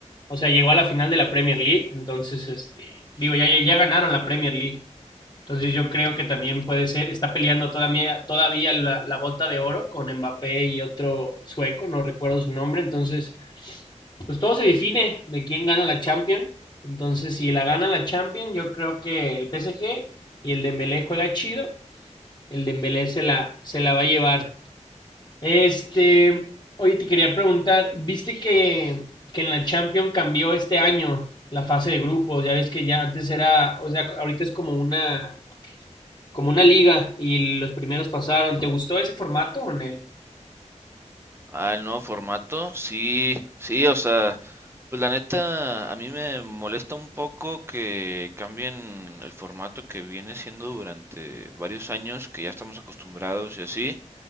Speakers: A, on the left; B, on the right.
A: o sea, llegó a la final de la Premier League, entonces, este,
B: Pues
A: digo,
B: sí.
A: ya, ya ya ganaron la Premier League, entonces yo creo que también puede ser, está peleando todavía, todavía la, la bota de oro con Mbappé y otro sueco, no recuerdo su nombre, entonces pues todo se define de quién gana la Champions. Entonces, si la gana la Champions, yo creo que el PSG y el Dembélé juega chido. El Dembélé se la, se la va a llevar. Este, oye, te quería preguntar, ¿viste que, que en la Champions cambió este año la fase de grupos? Ya ves que ya antes era, o sea, ahorita es como una, como una liga y los primeros pasaron. ¿Te gustó ese formato o en
B: Ah, el nuevo formato, sí, sí, o sea, pues la neta, a mí me molesta un poco que cambien el formato que viene siendo durante varios años, que ya estamos acostumbrados y así,